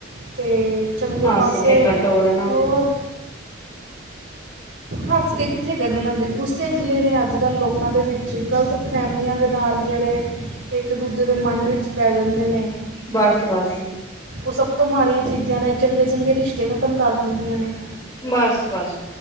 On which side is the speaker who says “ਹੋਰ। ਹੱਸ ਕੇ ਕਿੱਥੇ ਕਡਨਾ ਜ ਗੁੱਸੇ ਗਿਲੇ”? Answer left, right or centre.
Right